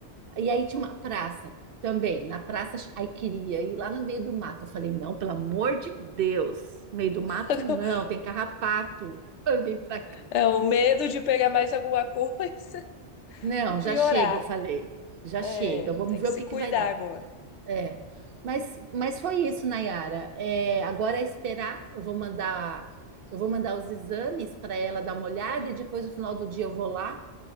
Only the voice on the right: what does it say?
E aí tinha uma praça também. Na praça, aí queria ir lá no meio do mato. Eu falei, não, pelo amor de Deus, meio do mato
não, tem carrapato. <laughs> Vem pra cá.
Não,
já chega, eu falei, já
chega, vamos
ver
o que
que vai dar.
É. Mas, mas foi isso, Nayara. É, agora é esperar. Eu vou mandar, eu vou mandar os exames para ela dar uma olhada e depois no final do dia eu vou lá,